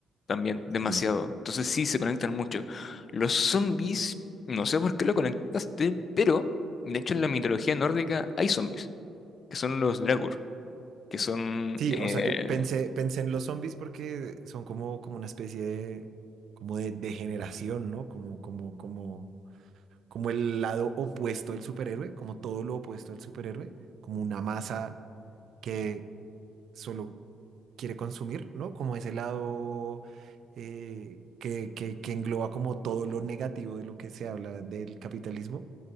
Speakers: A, on the left (about 45°); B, on the right (about 70°).
A: también, demasiado.
B: Sí,
A: Entonces sí, se conectan mucho. Los zombies, no sé por qué lo conectaste, pero de hecho en la mitología nórdica hay zombies, que son los Dragur, que son,
B: Sí,
A: eh,
B: o sea, yo pensé, pensé en los zombies porque son como, como una especie de, como de degeneración, ¿no? Como, como, como, como el lado opuesto del superhéroe, como todo lo opuesto al superhéroe, como una masa que solo quiere consumir, ¿no? Como ese lado eh, que, que, que engloba como todo lo negativo de lo que se habla del capitalismo,